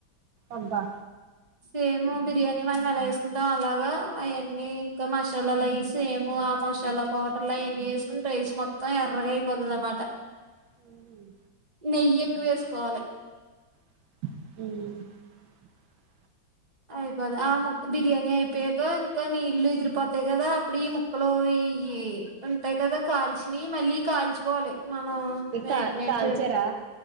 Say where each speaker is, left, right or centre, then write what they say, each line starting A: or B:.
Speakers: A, on the right; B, on the right.
A: అబ్బా
B: సేమ్ బిర్యానీ మనం ఎలా వేసుకుంటాం అలాగా అయన్నీ ఇంకా మశలాలు అయి సేమ్ ఆ మసాలా పౌడర్ అట్లా ఎన్ని వేసుకుని రైస్ మొత్తం ఎర్రగా అయిపోతది అనమాట
A: హూ హమ్
B: నెయ్యి ఎక్కువేసుకోవాలి
A: మ్
B: అయిపోద్ ఆ ముక్క బిర్యానీ అయిపోయాక ఇంకా నీళ్లు ఎగిరిపోతాయి కదా అప్పుడు ఈ ముక్కలు ఈ ఈయ్యి ఉంటాయి కదా కాల్చినై మళ్ళీ కాల్చుకోవాలి మనం
A: ఇకా
B: మ్యాగ్నేైట్
A: కాల్చారా